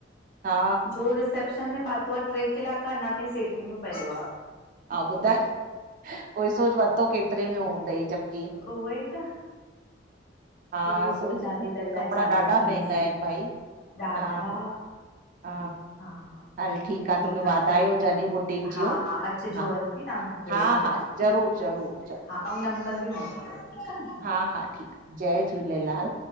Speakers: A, on the right; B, on the left.
A: हा
B: जोे रिसेप् में पातो आ, ट्रे कलाक अञा ताईं सेटी में पयो आ।
A: अव ॿुधाए उहो सोच वरितो केतिरे में हूंदई ज़ब की
B: उहो ई त
A: हा
B: उहो ई सोचां
A: सोई त <unintelligible>
B: थी अलाए
A: कपिड़ा
B: चालू
A: ॾाढा
B: कयां
A: महगा
B: हे सभु
A: आहिनि
B: कमु
A: भाई,
B: ॾाढा
A: हा, हा। हा, ह।
B: हा हा
A: हल ठीकु आ, तोखे
B: आहे
A: वाधायूं
B: ठीकु
A: हुजनि बुटीक
B: आहे हा
A: जूं,
B: हा अचिजो
A: हा,
B: आंटी तव्हां ज़रूरु
A: हा,
B: अचिजो
A: हा। ज़रूर, ज़रूर, ज़रूर।
B: हा ऐं नंबर बि मोकिलियो ठीकु आ न।
A: हा हा, ठीक आ, जय झूलेलाल।